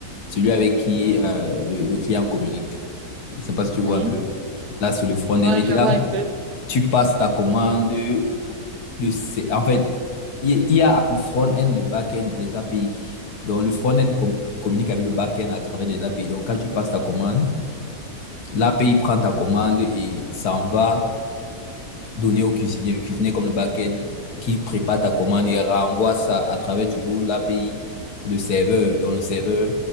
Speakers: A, on the left (about 75°); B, on the right (about 75°).
A: celui avec qui
B: Oui,
A: euh, le, le client communique. Je sais pas si tu vois
B: oui.
A: un peu. Là, c'est le front-end.
B: Ouais,
A: Maintenant,
B: je vois un peu.
A: tu passes ta commande. Le, sé- en fait, il y il y a le front-end, le back-end, les API. Donc, le front-end com- communique avec le back-end à travers les API. Donc, quand tu passes ta commande, l'API prend ta commande et s'en va donner au cuisinier. Le cuisinier, comme le back-end, qui prépare ta commande et renvoie ça à travers toujours l'API, le serveur. Donc, le serveur